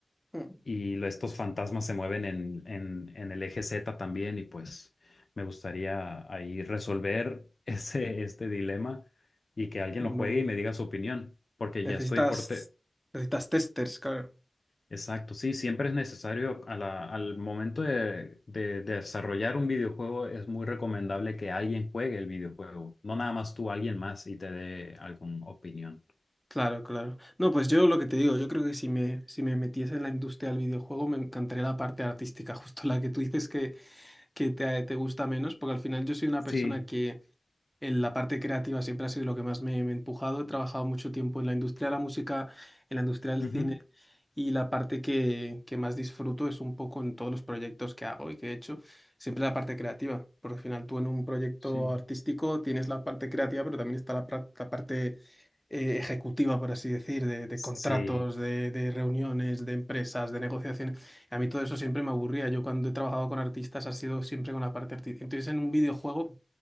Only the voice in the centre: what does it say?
mm.
Bueno.
Necesitas,
necesitas testers, claro.
Claro, claro. No, pues yo lo que te digo, yo creo que si me, si me metiese en la industria del videojuego me encantaría la parte artística, <laughs> justo la que tú dices que, que te, te gusta menos, porque al final yo soy una
persona que en la parte creativa siempre ha sido lo que más me, me ha empujado. He trabajado mucho tiempo en la industria de la música, en la industria del
cine, y la parte que, que más disfruto es un poco en todos los proyectos que hago y que he hecho, siempre la parte creativa, porque al final tú en un proyecto
artístico tienes la parte creativa, pero también está la, pra- la parte... eh, ejecutiva, por así decir, de, de
contratos, de, de reuniones, de empresas, de negociaciones. A mí todo eso siempre me aburría. Yo cuando he trabajado con artistas ha sido siempre con la parte artística. Entonces en un videojuego